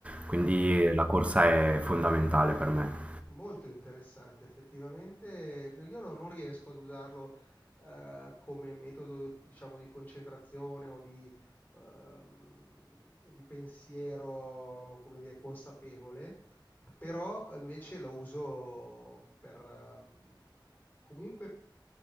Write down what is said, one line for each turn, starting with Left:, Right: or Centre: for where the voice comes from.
Right: Quindi
Left: Eh,
Right: la corsa è fondamentale per me.
Left: Molto interessante, effettivamente n- io no- non riesco ad usarlo eh, come metodo, diciamo, di concentrazione o di, ehm, o di pensiero, come dire, consapevole, però invece lo uso per, ehm, comunque